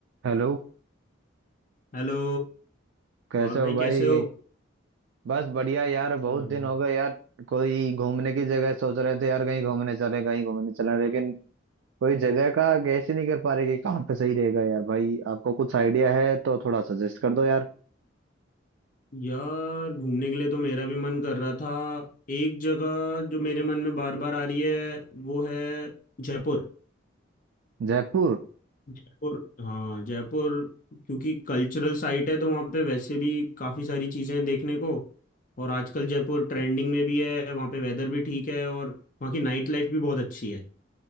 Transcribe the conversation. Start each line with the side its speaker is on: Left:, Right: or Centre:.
Right: हेलो
Left: हेलो
Right: कैसे
Left: और
Right: हो
Left: भाई
Right: भाई
Left: कैसे
Right: ये
Left: हो
Right: बस बढ़िया यार बहुत
Left: बढ़िया
Right: दिन हो गए यार कोई घूमने की जगह सोच रहे थे यार कहीं घूमने चले कहीं घूमने चले लेकिन कोई जगह का गैस ही नहीं कर पा रहे कि कहाँ पे सही रहेगा यार भाई आपको कुछ आइडिया है तो थोड़ा सजेस्ट कर दो यार
Left: यार घूमने के लिए तो मेरा भी मन कर रहा था एक जगह जो मेरे मन में बार बार आ रही है वो है जयपुर
Right: जयपुर
Left: जयपुर हाँ जयपुर क्योंकि कल्चरल साइट है तो वहाँ पे वैसे भी काफ़ी सारी चीज़ें हैं देखने को और आजकल जयपुर ट्रेंडिंग में भी है वहाँ पे वेदर भी ठीक है और वहाँ की नाइट लाइफ भी बहुत अच्छी है